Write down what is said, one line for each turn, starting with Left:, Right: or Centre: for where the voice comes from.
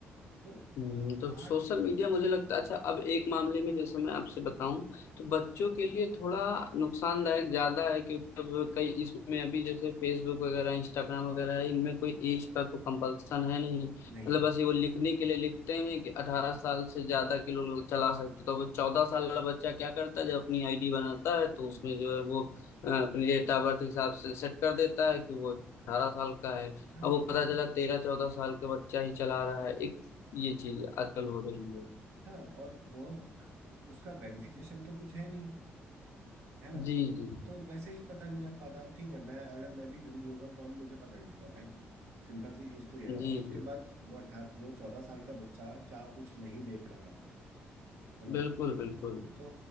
Right: तो
Left: हम्म,
Right: अ,
Left: तो
Right: आज
Left: सोशल
Right: की-
Left: मीडिया मुझे लगता है अच्छा अब एक मामले में जैसे मैं आपसे बताऊं तो बच्चों के लिए थोड़ा नुकसानदायक ज्यादा है क्योंकि अब कई इसमें अभी जैसे फेसबुक वगैरह इंस्टाग्राम वगैरह है, इनमें कोई एज का तो कंपल्सन है नहीं मतलब
Right: नहीं है
Left: बस ये वो लिखने के लिए लिखते हैं कि अठारह साल से ज्यादा के लोग चला सकते तो वो चौदह साल वाला बच्चा क्या करता है जब अपनी आईडी बनाता है तो
Right: हम्म,
Left: उसमें जो है वो अ, अपने डेट ऑफ बर्थ के हिसाब से सेट कर देता है कि वो अठारह साल का है अब
Right: हाँ
Left: वो
Right: बिल्कुल
Left: पता चला तेरह चौदह साल का बच्चा ही चला रहा है एक ये चीज अकल हो रही है
Right: हाँ और वो उसका वेरिफिकेशन तो कुछ है नहीं है ना
Left: जी जी
Right: तो वैसे ही पता नहीं लग पाता अब ठीक है मैं अगर मैं भी झूठ बोल रहा हूँ कौन मुझे पकड़ लेगा भाई सिंपल सी चीज तो ये है
Left: जी
Right: और उसके
Left: जी
Right: बाद वो अठारह वो चौदह साल का बच्चा क्या कुछ नहीं देख रहा है है ना
Left: बिल्कुल बिल्कुल
Right: तो